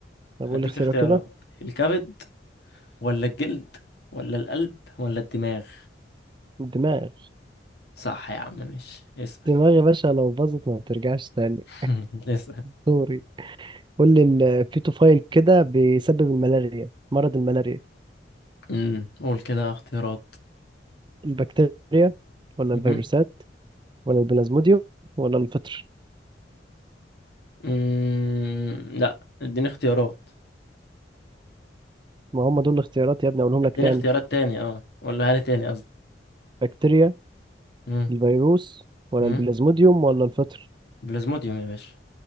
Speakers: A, on the right; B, on the left.
A: طب
B: هديك
A: قول لي اختيارات
B: اختيارات
A: كده
B: الكبد ولا الجلد ولا القلب ولا الدماغ
A: الدماغ
B: صح يا عم ماشي اسأل
A: الدماغ يا باشا لو باظت ما بترجعش تاني
B: <laughs> اسأل
A: سوري قول لي الفيتوفايل كده بيسبب الملاريا مرض الملاريا
B: امم قول كده اختيارات
A: البكتيريا ولا
B: امم
A: الفيروسات ولا البلازموديوم ولا الفطر
B: أمم، لا اديني اختيارات
A: ما هم دول الاختيارات يا ابني اقولهم
B: اديني
A: لك تاني
B: اختيارات تاني اه قولها لي تاني قصدي
A: بكتيريا
B: امم
A: الفيروس ولا
B: أمم.
A: البلازموديوم ولا الفطر
B: بلازموديوم يا باشا